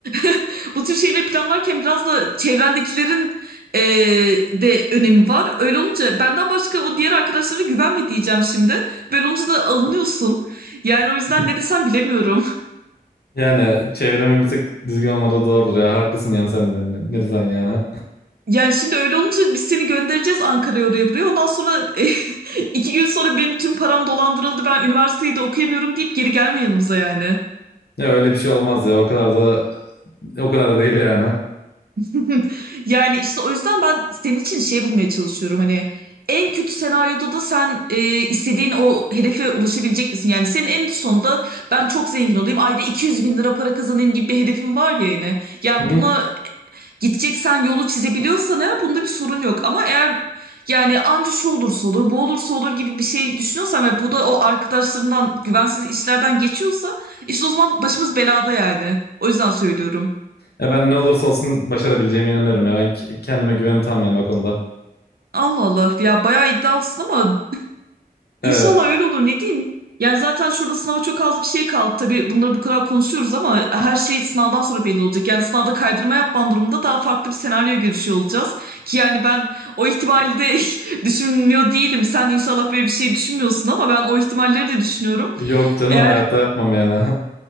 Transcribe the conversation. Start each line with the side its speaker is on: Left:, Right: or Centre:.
Right: <laughs> bu tür şeyleri planlarken biraz da çevrendekilerin e, de önemi var. Öyle olunca benden başka o diğer arkadaşlarına güvenme diyeceğim şimdi. Böyle olunca da alınıyorsun. Yani o yüzden
Left: <laughs>
Right: ne desem bilemiyorum.
Left: Yani çevremin bir tık düzgün olmadığı doğrudur ya. Haklısın yani sen de. Ne, ne desen yani.
Right: Yani şimdi öyle olunca biz seni göndereceğiz Ankara'ya oraya buraya. Ondan sonra <laughs> iki gün sonra benim tüm param dolandırıldı. Ben üniversiteyi de okuyamıyorum deyip geri gelme yanımıza yani.
Left: Ya öyle bir şey olmaz ya. O kadar da o kadar da değil yani.
Right: <laughs> Yani işte o yüzden ben senin için şey bulmaya çalışıyorum. Hani en kötü senaryoda da sen e, istediğin o hedefe ulaşabilecek misin? Yani senin en sonunda ben çok zengin olayım, ayda 200 bin lira para kazanayım gibi bir hedefim var ya yine. Yani
Left: Hı hı.
Right: buna gideceksen yolu çizebiliyorsan eğer bunda bir sorun yok. Ama eğer yani anca şu olursa olur, bu olursa olur gibi bir şey düşünüyorsan ve bu da o arkadaşlarından güvensiz işlerden geçiyorsa işte o zaman başımız belada yani. O yüzden söylüyorum.
Left: Ya ben ne olursa olsun başarabileceğime inanıyorum ya. Ben ke- kendime güvenim tam yani o konuda.
Right: Allah Allah ya bayağı iddialısın ama
Left: Evet.
Right: İnşallah öyle olur ne diyeyim. Yani zaten şurada sınava çok az bir şey kaldı. Tabii bunları bu kadar konuşuyoruz ama her şey sınavdan sonra belli olacak. Yani sınavda kaydırma yapman durumunda daha farklı bir senaryo görüşüyor olacağız. Ki yani ben o ihtimali de <laughs> düşünmüyor değilim. Sen inşallah böyle bir şey düşünmüyorsun ama ben o ihtimalleri de düşünüyorum.
Left: Yok canım
Right: Eğer
Left: hayatta yapmam yani.